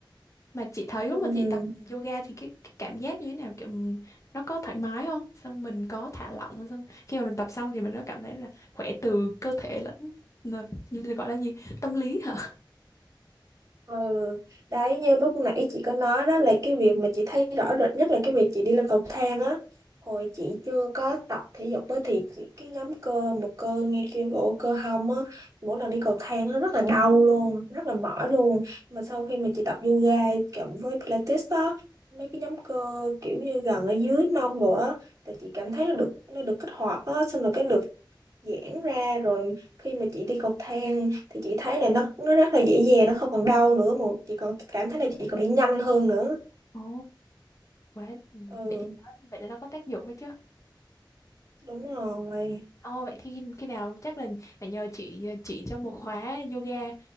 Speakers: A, on the left (about 40°); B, on the right (about 40°).
A: mà chị thấy
B: Ừm
A: lúc mà chị tập yoga thì cái cái cảm giác như thế nào kiểu mình- nó có thoải mái không xong mình có thả lỏng không? xong khi mà mình tập xong thì mình có cảm thấy là khỏe từ cơ thể lẫn là, gọi là gì tâm lý hả
B: Ừ, đấy như lúc nãy chị có nói đó là cái việc mà chị thấy rõ rệt nhất là cái việc chị đi lên cầu thang á hồi chị chưa có tập thể dục á thì chị cái nhóm cơ một cơ ngay kia cổ cơ hông á mỗi lần đi cầu thang nó rất là đau luôn rất là mỏi luôn mà sau khi mà chị tập yoga cộng với Pilates đó mấy cái nhóm cơ kiểu như gần ở dưới mông bộ đó thì chị cảm thấy nó được nó được kích hoạt á xong rồi cái được giãn ra rồi khi mà chị đi cầu thang thì chị thấy là nó nó rất là dễ dàng nó không còn đau nữa mà chị còn cảm thấy là chị còn đi nhanh hơn nữa
A: Ồ, quá
B: ừ
A: vậy thì nó vậy để nó có tác dụng ấy chứ
B: đúng rồi
A: Ồ, vậy thì khi, khi nào chắc là phải nhờ chị ờ, chỉ cho một khóa yoga.